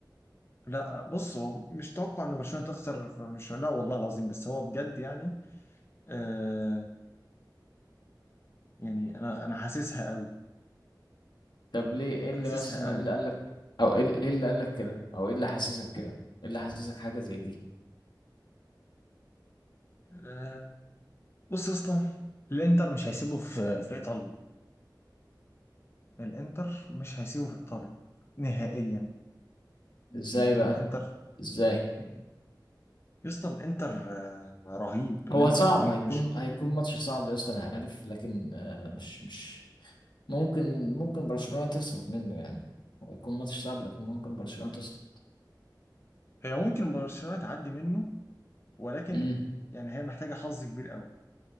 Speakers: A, on the left (about 35°); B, on the left (about 75°).
A: لا بص هو مش توقع ان برشلونة تخسر مش لا والله العظيم بس هو بجد يعني آه يعني انا انا حاسسها قوي
B: طب ليه ايه اللي
A: حاسسها
B: مثلا
A: قوي
B: ايه اللي قال لك او ايه ايه اللي قال لك كده او ايه اللي حسسك كده؟ ايه اللي حسسك حاجة زي دي؟
A: آه بص يا اسطى الانتر مش هيسيبه في في ايطاليا الانتر مش هيسيبه في ايطاليا نهائيا
B: ازاي
A: يعني
B: بقى
A: الانتر
B: ازاي
A: يعني يا اسطى الانتر آه، رهيب الانتر
B: هو صعب
A: رهيب
B: هيكون
A: مش
B: هيكون ماتش صعب يا اسطى انا عارف لكن آه، مش مش ممكن ممكن برشلونة تصعد منه يعني هو هيكون ماتش صعب لكن ممكن برشلونة تصعد
A: هي ممكن برشلونة تعدي منه ولكن
B: امم
A: يعني هي محتاجة حظ كبير قوي